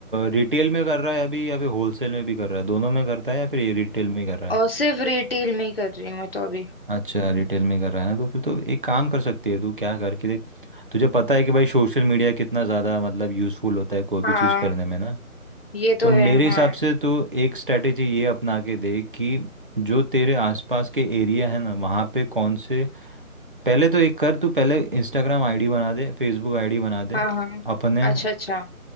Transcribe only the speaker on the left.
और सिर्फ रिटेल में ही कर रही हूँ मैं तो अभी
हाँ
ये तो
है
हाँ
हाँ हाँ
अच्छा अच्छा